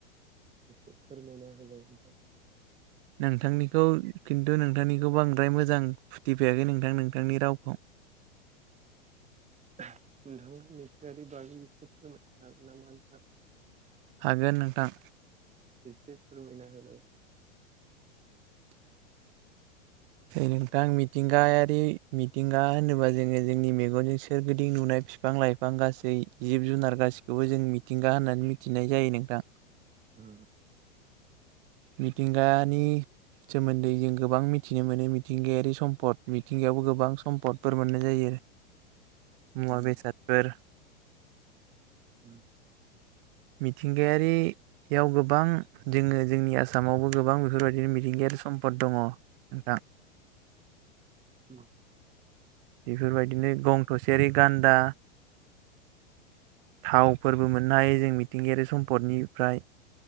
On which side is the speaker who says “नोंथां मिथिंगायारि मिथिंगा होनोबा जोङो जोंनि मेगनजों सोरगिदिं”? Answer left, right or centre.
Right